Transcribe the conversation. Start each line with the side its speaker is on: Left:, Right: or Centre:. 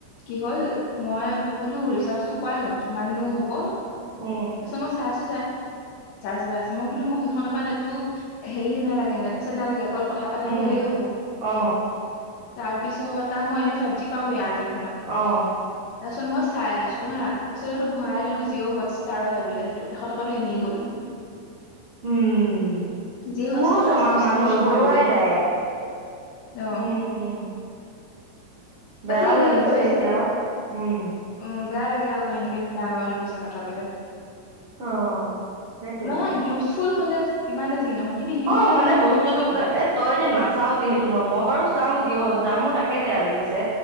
Left: কি হ'ল মই বোলো ৰিচাজটো কৰাই লওঁ কিমাননো হ'ব
Right: উম
Left: ই চ এশ ৰিচাৰ্জ এটা আছে মই বোলো মোক সখনৰ পৰা নেটো হেৰি নাগে নেট ন অঁ কথা পাতাটো
Right: উম
Left: হ'লে হ'ব।
Right: অ
Left: তাত মই এনেও ফাইভ জি পাওঁ এয়াৰটেল।
Right: আহ
Left: তাৰপাছত মই চাই আছো হা ত আছতো ভৰাই ললো জিঅ' হটষ্টাৰৰহে। বোলে সেইটো এশ টকাতটো এনিয়ে গ'ল।
Right: উম।
Left: জিঅ' হটষ্টাৰৰ
Right: মোৰো ছমাহ
Left: ছাবস্ক্ৰিপশ্যনৰ
Right: মান হ'ল ভৰুৱাই
Left: বোলে
Right: নাই
Left: সেয়া অ'
Right: উম। বেয়াও
Left: তাকে এইখেইতে
Right: লাগিছে
Left: কৈ আছে
Right: এতিয়া উম
Left: উ বেয়া লাগে আকৌ এনেকে। <unintelligible> পইচা কটা গ'লে
Right: অ সেইটোয়েতো
Left: নাহয় ইউজফুল হ'লে। যিমানে যি নহয় কিন্তু ইউজে।
Right: অ মানে
Left: নাই এতিয়া
Right: বস্তুতো
Left: মই কি
Right: বোলে
Left: কৰিম
Right: এ তই এতিয়া নাচাও যিহেতু ন মই বাৰু চাও জিঅহটষ্টাৰৰ
Left: উম
Right: মোৰ তাকে বেয়া লাগিছে।